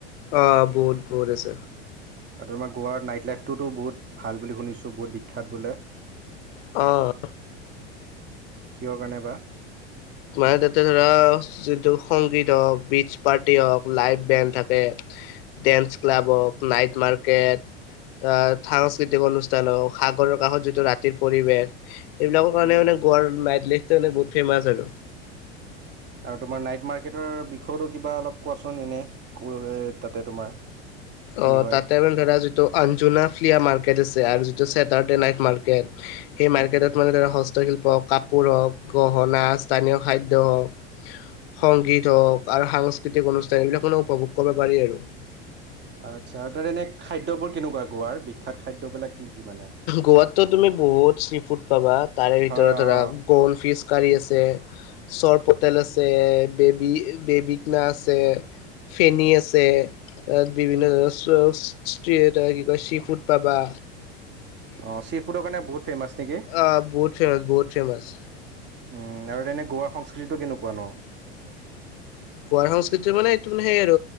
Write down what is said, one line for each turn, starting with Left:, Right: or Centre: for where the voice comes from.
Left: অ বহুত বহুত আছে।
Right: আৰু তোমাৰ গোৱাৰ নাইট লাইফটোতো বহুত ভাল বুলি শুনিছোঁ বহুত বিখ্যাত বোলে।
Left: অ।
Right: কিহৰ কাৰণে বা?
Left: মানে তাতে ধৰা যিটো সংগীত হওঁক, বিচ্চ পাৰ্টি হওঁক, লাইভ বেণ্ড থাকে ডেন্স ক্লাব হওঁক, নাইট মাৰ্কেট আহ সাংস্কৃতিক অনুষ্ঠান হওঁক, সাগৰৰ কাষত যিটো ৰাতিৰ পৰিৱেশ এইবিলাকৰ কাৰণে
Right: উম,
Left: মানে গোৱাৰ নাইট লেড মানে বহুত ফেমাছ আৰু।
Right: আৰু তোমাৰ নাইট মাৰ্কেটৰ বিষয়েতো কিবা অলপ কোৱাচোন এনে তাতে তোমাৰ। কি
Left: অ
Right: হয়
Left: তাতে মানে ধৰা যিটো অঞ্জুনা ফ্লিয়া মাৰ্কেট আছে আৰু যিটো চেটাৰডে নাইট মাৰ্কেট সেই
Right: উম,
Left: মাৰ্কেটত
Right: উম,
Left: মানে হস্তশিল্প, কাপোৰ হওক, গহনা, স্থানীয় খাদ্য হওঁক, সংগীত হওক আৰু সাংস্কৃতিক অনুষ্ঠান এইবিলাক উপভোগ কৰিব পাৰি আৰু।
Right: আচ্ছা তাৰ এনে খাদ্যবোৰ কেনেকুৱা গোৱাৰ বিখ্যাত খাদ্যবিলাক কি কি মানে?
Left: গোৱাতো তুমি বহুত চি ফুড পাবা তাৰে ভিতৰত
Right: অঁ
Left: ধৰা কৰ্ণ ফিচ কাৰী আছে, চৰ পটেল আছে, বেবী বেবীকনা আছে, ফেনী আছে, ত বিভিন্ন ধৰণৰ কি কয় চি ফুড পাবা।
Right: অ চি ফুডৰ কাৰণ বহুত ফেমাচ নেকি?
Left: অ বহুত ফেমাচ বহুত ফেমাচ।
Right: উম আৰু তেনে গোৱাৰ সংস্কৃতিটো কেনেকুৱা ন? <unintelligible>
Left: গোৱা সংস্কৃতিৰ মানে এইটো মানে সেই আৰু